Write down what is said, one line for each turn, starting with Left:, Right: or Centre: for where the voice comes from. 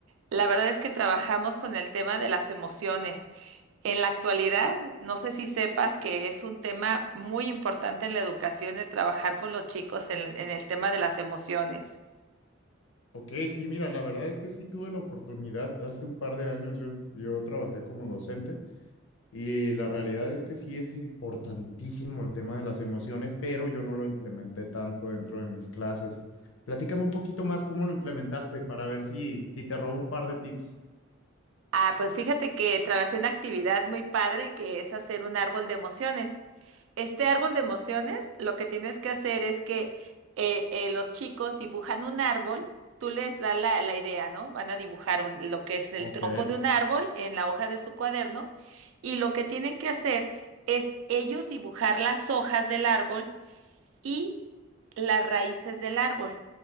Right: La verdad es que trabajamos con el tema de las emociones. En la actualidad, no sé si sepas que es un tema muy importante en la educación el trabajar con los chicos en en el tema de las emociones.
Left: Ok, sí, mira, la verdad es que sí tuve la oportunidad, hace un par de años yo, yo trabajé como docente y la realidad es que sí es importantísimo el tema de las emociones, pero yo no lo implementé tanto dentro de mis clases. Platícame un poquito más cómo lo implementaste para ver si, si te robo un par de tips.
Right: Ah, pues fíjate que trabajé una actividad muy padre que es hacer un árbol de emociones. Este árbol de emociones, lo que tienes que hacer es que eh, eh, los chicos dibujan un árbol, tú les das la, la idea, ¿no? Van a dibujar un- lo que es el
Left: Ok,
Right: tronco de un árbol en la hoja de su cuaderno y lo que tienen que hacer es ellos dibujar las hojas del árbol y las raíces del árbol.